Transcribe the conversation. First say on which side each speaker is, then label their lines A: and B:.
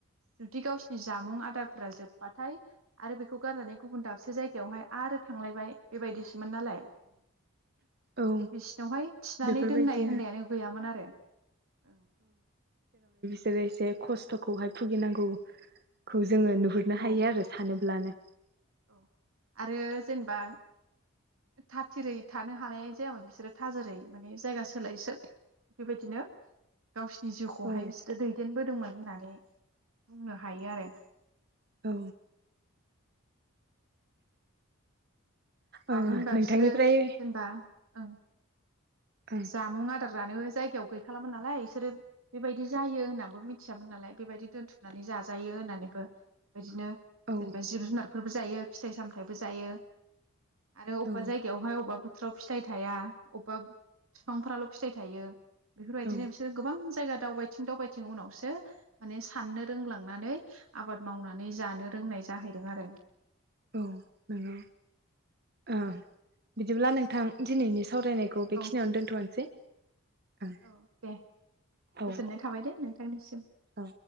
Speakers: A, on the right (about 75°); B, on the right (about 45°).
A: जुदि गावसिनि जामुं आदारफोरा जोब्बाथाय। आरो बेखौ गारनानै गुबुन दाबसे जायगायावहाय आरो थांलायबाय बेबायदिसोमोन नालाय ।
B: औ
A: बेसिनावहाय थिनानै
B: बेफोरबायदि
A: दोननाय होननायानो गैयामोन आरो, औ।
B: जेरैसे खस्थ'खौहाय भुगिनांगौ। जोङो नुहुरनो
A: औ
B: हायो आरो सान फ्लानो।
A: औ आरो जेनेबा था थिरै थानो हानाय जायामोन बिसोरो थाजोरै माने जायगा सोलाय सोलाय बेबायदिनो गावसिनि जिउखौहाय
B: औ
A: बिसोरो दैदेनबोदोंमोन होननानै बुंनो हायो आरो।
B: औ ओ
A: मानो होनबा
B: नोंथांनिफ्राय
A: बिसोरो जेनेबा ओं।
B: औ
A: जामुं आदार जानो जायगायाव गैखालामोन नालाय बिसोरो बेबायदि जायो होननानैबो मिथियामोन नालाय बेबायदि दोनथुमनानै जाजायो होननानैबो बिदिनो
B: औ
A: जेनेबा जिब जुनारफोर । जायो फिथाइ सामथायबो जायो। आरो अबेबा
B: औ
A: जायगायावहाय अबेबा थ्राव फिथाइ थाया अबेबा बिफांफोराल' फिथाइ थायो। बेफोरबायदिनो
B: औ
A: बिसोरो गोबां जायगा दावबायथिं दावबायथिं उनावसो माने साननो रोंलांनानै आबाद मावनानै जानो रोंनाय जाहैदों आरो
B: औ नोंगौ ओ- बिदिब्ला नोंथां दिनैनि सावरायनायखौ बेखिनियावनो
A: औ
B: दोनथ'नोसै। ओं
A: औ दे
B: औ
A: गोजोननाय थाबाय दे नोंथ थांनिसिम।
B: औ